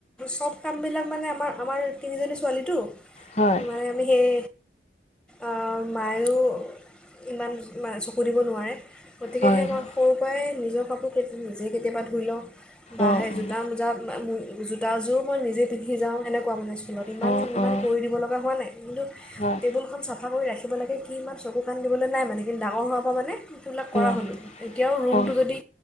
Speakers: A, in the centre; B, on the left (about 35°).
A: চব কামবিলাক মানে আমাৰ, আমাৰ তিনিজনী ছোৱালীটো।
B: হয়
A: মানে আমি সেই অ', মায়ো ইমান মানে চকু দিব নোৱাৰে। গতিকে
B: হয়
A: সেই ক
B: হয়
A: সৰুৰ পৰাই নিজক ফ্ৰকটো নিজেই কেতিয়াবা ধুই লওঁ। বা
B: অঁ
A: সেই
B: অঁ
A: জোতা মোজা মম দুযোৰ জোটাযোৰ মই নিজেই পিন্ধি যাওঁ সেনেকুৱা মানে। ইমান,
B: অঁ
A: ইমান
B: অঁ
A: কৰি দিব লগা হোৱা নাই কিন্তু
B: হয়
A: টেবুলখন চাফা কৰি ৰাখি কৰিব লাগে কি ইমান চকু কান দিবলৈ নাই মানে কিন্তু ডাঙৰ হোৱাৰ পৰা মানে সেইবিলাক কৰা
B: অঁ
A: হ'লো এতিয়াও ৰুমটো
B: অঁ
A: যদি